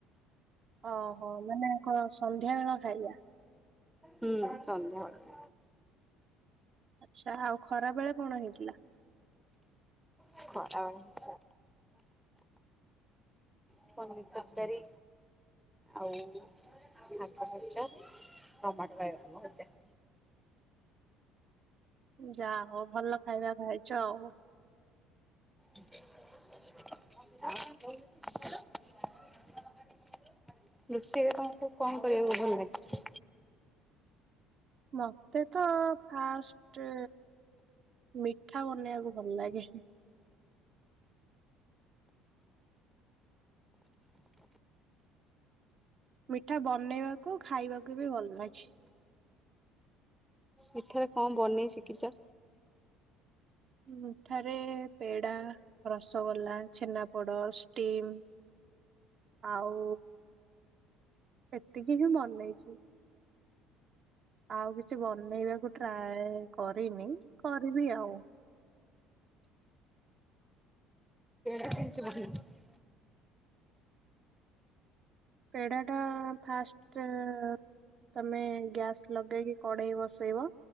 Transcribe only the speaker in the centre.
ହୁଁ ସନ୍ଧ୍ୟାବେଳର।
ଖରାବେଳେ ପନିର ତରକାରୀ। ଆଉ ଶାଗ ଭଜା, ଟମାଟୋ ବାଇଗଣ ଭଜା।
<inaudible> ରୋଷେଇରେ ତମକୁ କଣ କରିବାକୁ ଭଲ ଲାଗେ?
ମିଠାରେ କଣ ବନେଇ ଶିଖିଚ?
<inaudible>